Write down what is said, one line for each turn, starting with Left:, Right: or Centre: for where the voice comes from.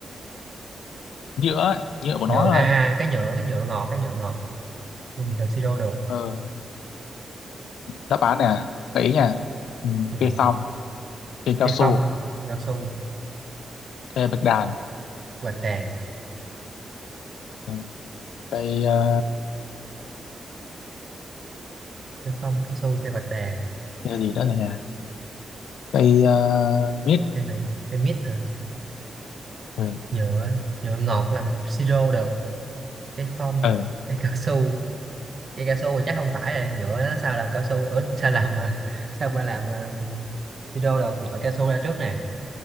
Left: nhựa ấy, nhựa của
Right: nhựa
Left: nó
Right: a
Left: là
Right: à, à, cái nhựa cái nhựa ngọt cái nhựa ngọt nhưng mình làm siro được
Left: ờ, đáp án nè gợi ý nha ừ,
Right: ừ.
Left: cây phong cây cao
Right: cây
Left: su
Right: phong cây cao su
Left: cây bạch đàn
Right: cây bạch đàn
Left: ừ, cây ờ,
Right: cây phong cao su cây bạch đàn
Left: cây gì nữa rồi nhỉ cây ờ, mít
Right: cây gì cây mít hả
Left: ừ,
Right: nhựa nhựa ngọt là mình siro được cái phong
Left: ừ,
Right: cái cao su cái cao su thì chắc không phải rồi nhựa nó sao làm cao su ở sao làm ờ, <laughs> sao mà làm ờ, hydro được loại cao su ra trước này